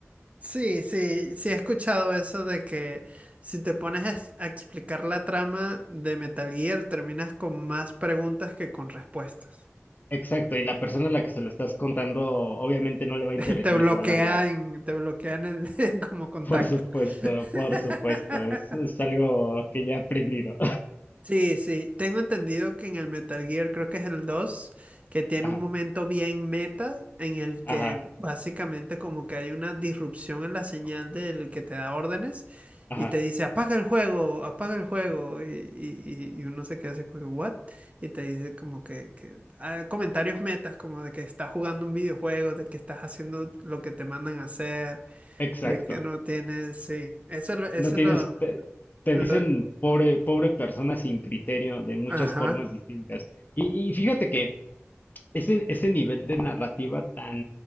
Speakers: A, on the right (about 30°); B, on the left (about 40°).
A: Sí, sí, sí he escuchado eso de que si te pones a, es- a explicar la trama de Metal Gear, terminas con más preguntas que con respuestas.
B: exacto, y la persona a la que se lo estás contando obviamente no le va a interesar
A: <laughs> Te bloquean,
B: y se va a largar.
A: te bloquean el- <laughs> como contacto.
B: Por supuesto,
A: <laughs>
B: por supuesto, es, es algo que ya he aprendido.
A: Sí, sí, tengo entendido que en el Metal Gear, creo que es el 2 que tiene
B: <laughs> Ajá,
A: un momento bien meta en el
B: ajá,
A: que básicamente como que hay una disrupción en la señal del que te da órdenes
B: ajá,
A: y te dice apaga el juego, apaga el juego y, y- y- y uno se queda así como que, what? Y te dice como que, que- ah, comentarios metas como de que estás jugando un videojuego, de que estás haciendo lo que te mandan a hacer,
B: exacto.
A: de que no tienes, sí, eso, es lo- eso
B: No tienes,
A: es lo,
B: te, te
A: lo-
B: dicen pobre, pobre persona sin criterio de muchas
A: ajá,
B: formas distintas. Y, y fíjate que ese, ese nivel de narrativa tan,